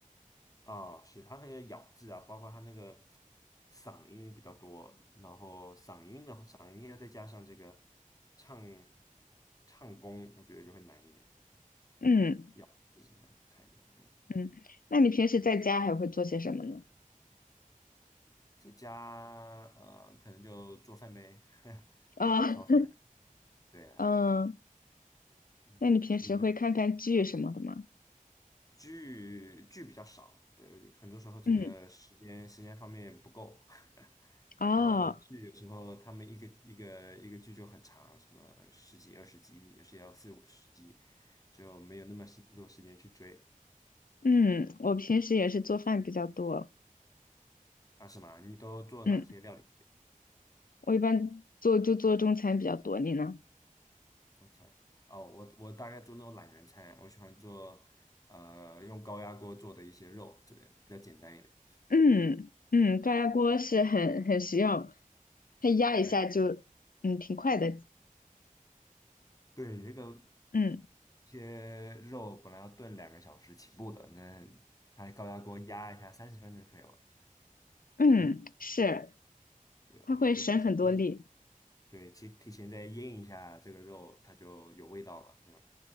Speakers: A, on the left; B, on the left.
A: 哦，是他那个咬字啊，包括他那个嗓音比较多，然后嗓音的嗓音呢，再加上这个唱唱功，我觉得就会难一点，
B: 嗯
A: 咬字什么的不太一样。嗯，
B: 嗯，那你平时在家还会做些什么呢？
A: 在家呃，可能就做饭呗，<laughs>
B: 啊，
A: 烧饭。对啊，
B: <laughs> 嗯，
A: 嗯，
B: 那你平时会看看剧什么的吗？
A: 你呢？剧剧比较少，对，很多时候这个时间时间方面不够，
B: 嗯，
A: <laughs>
B: 哦，
A: 然后剧有时候他们一个一个一个剧就很长，什么十几二十集，有时也要四五十集，就没有那么时多时间去追。
B: 嗯，
A: 嗯，
B: 我平时也是做饭比较多。
A: 啊，什么？你都做哪些料理？
B: 嗯，我一般做就做中餐比较多，你呢？
A: 中餐？哦，我我大概做那种懒人餐，我喜欢做呃用高压锅做的一些肉之类的，比较简单一点。
B: 嗯嗯，高压锅是很很实用，它压一下就嗯挺快的。
A: 对对，那个。
B: 嗯。
A: 一些肉本来要炖两个小时起步的，那它高压锅压一下三十分钟就可以了。
B: 嗯，
A: 嗯，
B: 是，
A: 对，
B: 他会省很多力。
A: 然后就提前腌，对，提提前再腌一下这个肉，它就有味道了，就，